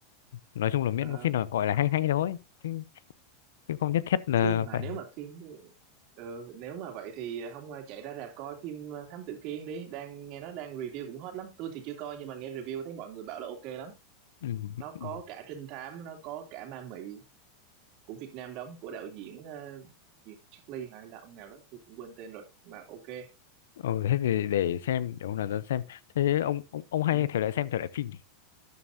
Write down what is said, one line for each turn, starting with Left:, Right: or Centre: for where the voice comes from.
Left: Nói chung là miễn
Right: Ờ,
Left: có phim nào gọi là hay hay thôi. Chứ, chứ không nhất thiết là
Right: phim mà
Left: phải
Right: nếu mà phim thì ờ, nếu mà vậy thì hôm qua chạy ra rạp coi phim ờ, Thám Tử Kiên đi, đang nghe nó đang review cũng hot lắm. Tôi thì chưa coi nhưng mà nghe review thấy mọi người bảo là ok lắm.
Left: ừ,
Right: Nó
Left: ừ.
Right: có cả trinh thám, nó có cả ma mị của Việt Nam đóng của đạo diễn ờ, Diệp Charlie hay là ông nào đó, tôi cũng quên tên rồi. Mà ok.
Left: Ừ, thế thì để xem, để hôm nào ra xem. Thế ông ông ông hay
Right: Ừ.
Left: thể loại xem thể loại phim gì?